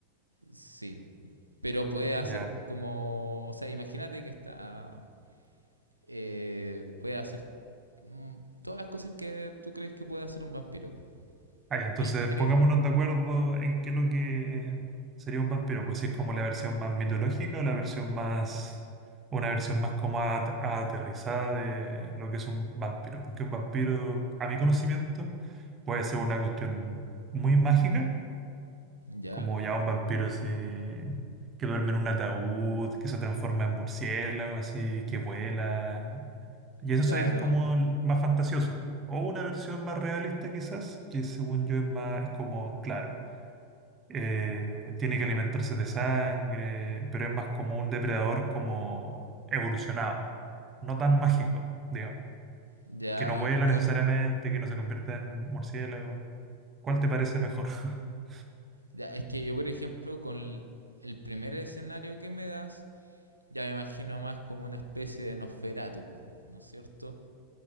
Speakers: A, on the right; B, on the right.
A: sí, pero puede hacer
B: Ya.
A: como, o sea, imagínate que está, eh, puede hacer mm, todas las cosas que tú crees que puede hacer un vampiro. po.
B: Ah, ya, entonces
A: ¿Qué, qué crees?
B: pongámonos de acuerdo en qué es lo que sería un vampiro. Pues si es como la versión más mitológica o la versión más. Una versión más como at- aterrizada de lo que es un vampiro. Porque un vampiro, a mi conocimiento, puede ser una cuestión muy mágica,
A: Ya,
B: como ya un vampiro así. que duerme en un ataúd, que se transforma en murciélago, así, que vuela. Y eso
A: claro.
B: es como el más fantasioso. O una versión más realista quizás, que según yo es más, es como, claro, eh, tiene que alimentarse de sangre, pero es más como un depredador como evolucionado, no tan mágico, digamos,
A: Ya,
B: que no vuela
A: con.
B: necesariamente, que no se convierta en murciélago. ¿Cuál te parece mejor? <laughs>
A: Ya, es que yo, por ejemplo, con el, el primer escenario que me das, ya me imagino más como una especie de Nosferatu, po, ¿no es cierto?